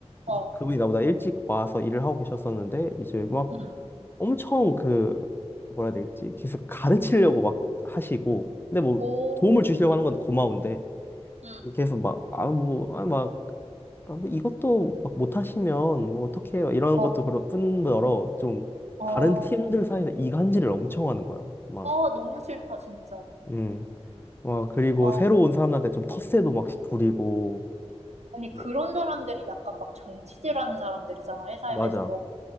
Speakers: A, on the right; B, on the left.
A: 어,
B: 이제 그분이 나보다 일찍 와서 일을 하고 계셨었는데 이제 막
A: 응,
B: 엄청 그 뭐라 해야 될지 계속 가르치려고 막 하시고 근데 뭐
A: 오,
B: 도움을 주시려고
A: 응,
B: 하는 건 고마운데
A: 응,
B: 계속 막 아 뭐아막 이것도 막 못하시면 뭐 어떻게 막 이러는
A: 어,
B: 것도 그런 뿐더러 좀
A: 어.
B: 다른 팀들 사이에서 이간질을 엄청 하는 거야 막
A: 아, 너무 싫다, 진짜.
B: 음 와 그리고
A: 아,
B: 새로 온 사람들한테 좀 텃세도 막 부리고
A: 아니,
B: 뭐
A: 그런 사람들이 약간 막 정치질하는 사람들이잖아, 회사에서.
B: 맞아